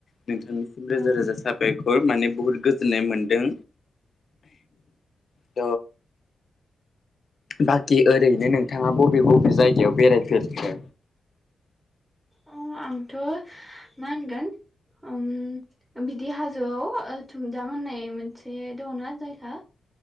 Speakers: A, on the left; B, on the right.
A: नोंथांनिसिम रोजा
B: औ
A: रोजा साबायखर माने बुहुद गोजोननाय मोनदों। त बाखि ओरैनो नोंथाङा बबे बबे जायगायाव बेरायफेरखो?
B: अ आंथ' मानगोन उम बिदि हाजोआव थुमदाम होननाय मोनसे दङना जायगा